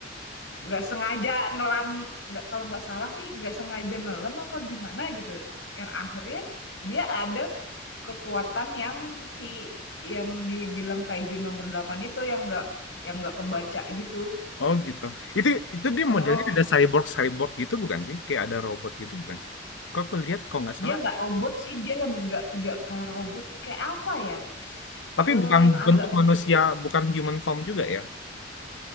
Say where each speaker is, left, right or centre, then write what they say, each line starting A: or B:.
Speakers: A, on the left (about 70°); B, on the left (about 80°).
A: nggak sengaja nelan nggak kalau nggak salah sih nggak sengaja nelan apa gimana gitu, yang akhirnya dia ada kekuatan yang si yang dibilang kaiju nomor delapan itu yang nggak yang nggak kebaca gitu.
B: Oh gitu. Itu itu dia
A: Heeh.
B: modelnya ada cyborg cyborg gitu bukan sih? Kayak ada robot gitu bukan sih? Kok aku lihat kok nggak salah
A: Dia nggak robot sih, dia lem nggak nggak kayak robot, kayak apa ya,
B: Tapi
A: eee,
B: bukan
A: yang agak
B: bentuk manusia,
A: mi
B: bukan human form juga ya?